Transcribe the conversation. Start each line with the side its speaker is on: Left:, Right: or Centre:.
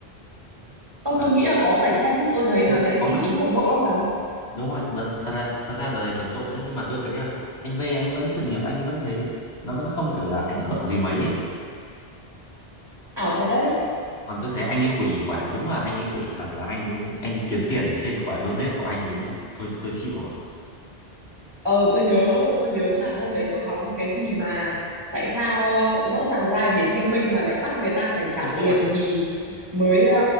Right: ờ
Left: Đấy,
Right: tôi nghĩ là có tẩy chay chứ tôi thấy đợt
Left: đúng rồi,
Right: đấy
Left: có
Right: tin
Left: một ít,
Right: cũng rầm rộ lắm mà
Left: đúng rồi, đợt, thật là thật ra đợt này rầm rộ nhá, nhưng mà tôi thấy là anh V anh vẫn sự nghiệp anh ấy vẫn thế, nó vẫn không kiểu là ảnh hưởng gì mấy ấy.
Right: ảo thật đấy
Left: Còn tôi thấy anh ấy quỷ quả, đúng là anh ấy quỷ thật là anh ấy, anh kiếm tiền ở trên quả donate của anh ấy thì thôi tôi chịu rồi.
Right: ờ tôi nhớ tôi nhớ là hôm đấy tôi hóng cái gì mà tại sao ờ, rõ ràng live để thanh minh mà lại bắt người ta phải trả
Left: Đúng rồi,
Right: tiền thì mới ờ,